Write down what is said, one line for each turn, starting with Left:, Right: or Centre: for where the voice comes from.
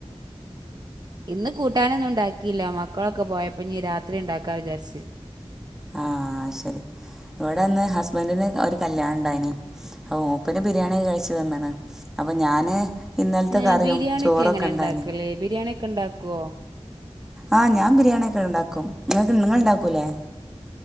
Right: ഇന്ന് കൂട്ടാനൊന്നും ണ്ടാക്കില്ല മക്കളൊക്കെ പോയപ്പോ ഞ്ഞി രാത്രി ണ്ടാക്കാ വിചാരിച്ച്
Centre: ആ ശരി ഇവിടെന്ന് ഹസ്ബന്റിന് ഒരു കല്യാണണ്ടായിന് അപ്പോ മുപ്പര് ബിരിയാണി കഴിച്ചു വന്ന് ണ് അപ്പൊ ഞാന് ഇന്നലത്തെ
Right: ഏഹ്
Centre: കറിയും
Right: ബിരിയാണിയൊക്കെ
Centre: ചോറൊക്കെണ്ടായിന്
Right: എങ്ങനെ ഉണ്ടാക്കല് ബിരിയാണിയൊക്കെ ഉണ്ടാക്കുവോ
Centre: ആ ഞാ ബിരിയാണി ഒക്കെണ്ടാക്കും നിങ്ങൾക്ക് നിങ്ങള്ണ്ടാക്കൂലേ?